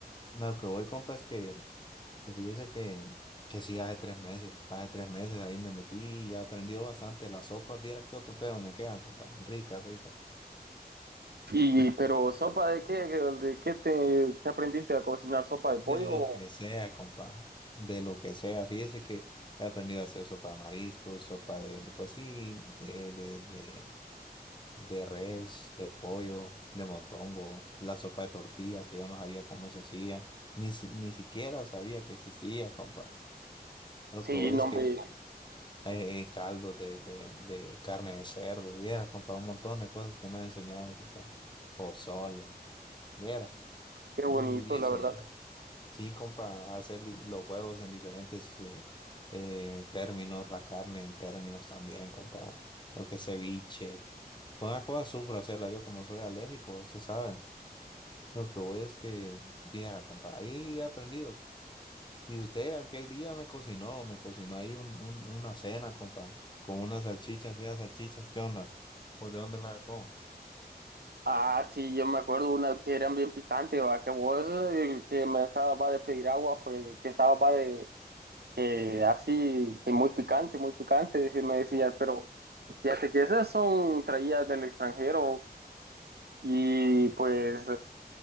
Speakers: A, on the left; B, on the right.
A: no, a lo que voy, compa, es que Que fíjese que, que sí, hace tres meses, hace tres meses ahí me metí y ya aprendí bastante. La sopa, viera qué otro pedo me queda, compa. Rica, rica.
B: Y, pero, ¿sopa de qué? ¿De qué te qué aprendiste a cocinar? ¿Sopa de
A: De
B: pollo?
A: lo que sea, compa. De lo que sea. Fíjese que he aprendido a hacer sopa de mariscos, sopa de, pues sí, de, de, de, de res, de pollo, de montongo, la sopa de tortilla, que yo no sabía cómo se hacía. Ni, si- ni siquiera sabía que existía, compa. Lo
B: Sí,
A: que voy
B: no,
A: es
B: hombre,
A: que eh, caldo de, de, de carne de cerdo, hubiera comprado un montón de cosas que me han enseñado, compa. Pozole, hubiera.
B: qué
A: Y
B: bonito,
A: eso,
B: la verdad.
A: ¿no? sí, compa, hacer di- los huevos en diferentes eh, eh, términos, la carne en términos también, compa. Lo que es ceviche. Una cosa sufro hacerla yo como soy alérgico, ustedes saben. Lo que voy es que, viera, compa, ahí he aprendido. Y usted aquel día me cocinó, me cocinó ahí un, un- una cena, compa, con unas salchichas y las salchichas, ¿qué onda? ¿O de dónde las sacó?
B: Ah, sí, yo me acuerdo una que eran bien picante, va, que vos, eh, que me estaba de pedir agua, pues, que estaba va de, eh, así, que muy picante, muy picante, dice- me decía, pero fíjate que esas son traídas del extranjero, y pues,